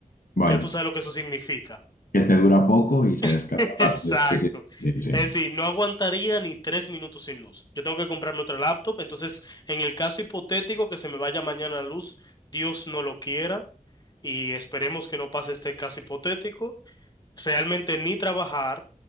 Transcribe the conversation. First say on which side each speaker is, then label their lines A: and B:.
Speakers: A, on the left; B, on the left.
A: Vaya,
B: Ya tú sabes lo que eso significa.
A: este dura poco y se descarga
B: <laughs> Exacto.
A: rápido. Sí, sí, sí, sí.
B: Es decir, no aguantaría ni tres minutos sin luz. Yo tengo que comprarme otra laptop, entonces en el caso hipotético que se me vaya mañana la luz, Dios no lo quiera. Y esperemos que no pase este caso hipotético. realmente ni trabajar,